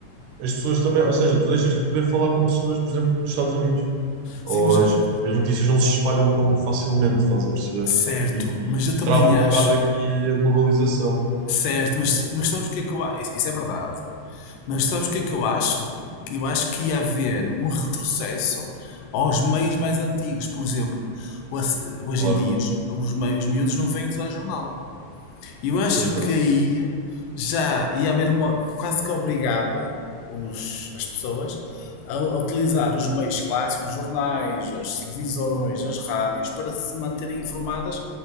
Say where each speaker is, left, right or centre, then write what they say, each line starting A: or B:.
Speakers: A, on the right (about 80°); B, on the left (about 90°).
A: as pessoas também, ou seja, tu deixas de poder falar com pessoas, por exemplo, dos Estados Unidos. Ou
B: Sim, mas, ma-
A: as, as notícias não se espalham tão facilmente, estás a perceber?
B: certo,
A: E, e,
B: mas eu
A: e
B: também
A: trava um
B: acho,
A: bocado aqui a globalização.
B: certo, mas, mas sabes o que é que eu acho? Isso é verdade. Mas sabes o que é que eu acho? Eu acho que ia haver um retrocesso aos meios mais antigos. Por exemplo, o ass- hoje
A: Claro,
B: em dia os, os, meios, os miúdos não veem telejornal. Eu acho
A: pois
B: que
A: não,
B: aí já ia haver uma, quase que obrigava os, as pessoas a, a utilizar os meios clássicos, os jornais, as televisões, as rádios, para se manterem informadas,